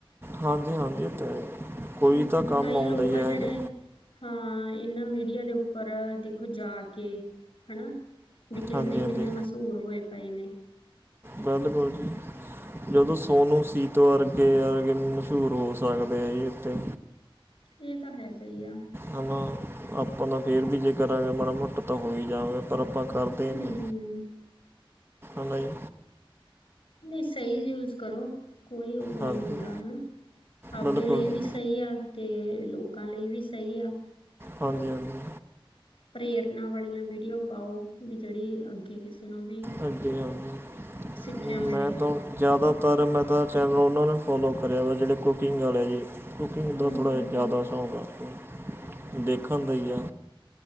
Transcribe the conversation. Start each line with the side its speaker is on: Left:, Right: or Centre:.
Right: ਹਾਂਜੀ-ਹਾਂਜੀ। ਇਹ ਤਾਂ ਹੈ ਕੋਈ
Left: ਹੂੰ
Right: ਤਾਂ ਕੰਮ
Left: ਕਈ
Right: ਆਉਂਦਾ
Left: ਲੋਕ
Right: ਈ
Left: ਆ ਜਿਹੜੇ
Right: ਐ ਗਾ।
Left: ਹਾਂ। ਇਹਨਾਂ ਮੀਡੀਆ ਦੇ ਉੱਪਰ ਦੇਖੋ ਜਾ ਕੇ ਹਨਾ ਵੀ ਕਿੰਨੇ
Right: ਹਾਂਜੀ ਹਾਂਜੀ
Left: ਮਹਸ਼ੂਰ ਹੋਏ ਪਏ ਨੇ।
Right: ਬਿਲਕੁਲ ਜੀ। ਜਦੋਂ ਸੋਨੂੰ, ਸੀਤੋ ਵਰਗੇ ਆਕੇ ਮਸ਼ਹੂਰ ਹੋ ਸਕਦੇ ਆ ਜੀ ਇਤੇ।
Left: ਇਹ ਤਾਂ ਹੈਗਾ ਈ ਆ।
Right: ਹੈਨਾ ਆਪਾਂ ਤਾਂ ਫਿਰ ਵੀ ਜੇ ਕਰਾਂਗੇ ਮਾੜਾ ਮੋਟਾ ਤਾਂ ਹੋ ਹੀ ਜਾਵਾਂਗੇ, ਪਰ ਆਪਾਂ ਕਰਦੇ ਕਰਦੇ
Left: ਹੂੰ
Right: ਨੀ, ਹਨਾ ਜੀ।
Left: ਨਈ ਸਹੀ ਯੂਜ ਕਰੋ। ਕੋਈ ਉਹੋ
Right: ਹਾਂਜੀ
Left: ਨੀ ਹੁੰਦਾ ਹਨਾਂ। ਆਪਦੇ
Right: ਬਿਲਕੁਲ
Left: ਲਈ
Right: ਜੀ
Left: ਵੀ ਸਹੀ ਆ ਤੇ ਲੋਕਾਂ ਲਈ ਵੀ ਸਹੀ ਆ।
Right: ਹਾਂਜੀ-ਹਾਂਜੀ।
Left: ਪ੍ਰੇਰਨਾ ਵਾਲੀਆਂ ਵੀਡੀਓ ਪਾਓ ਵੀ ਜਿਹੜੀ ਅੱਗੇ ਅੱਗੇ ਕਿਸੇ ਨੂੰ ਵੀ
Right: ਹਾਂਜੀ ਹਾਂਜੀ
Left: ਸਿੱਖਿਆ ਮਿਲੇ।
Right: ਮੈਂ ਤਾਂ ਜ਼ਿਆਦਾਤਰ ਮੈਂ ਤਾਂ ਚੈਨਲ ਉਹਨਾਂ ਨੇ ਫੋਲੋ ਕਰਿਆ ਵਾ, ਜਿਹੜੇ ਕੁਕਿੰਗ ਵਾਲੇ ਜੀ। ਕੁਕਿੰਗ
Left: ਹੂੰ
Right: ਦਾ ਥੋੜ੍ਹਾ
Left: ਹੂੰ
Right: ਜਿਹਾ
Left: ਹੂੰ
Right: ਜ਼ਿਆਦਾ ਸ਼ੌਕ ਆ‌ ਦੇਖਣ ਦਾ ਈ ਆ।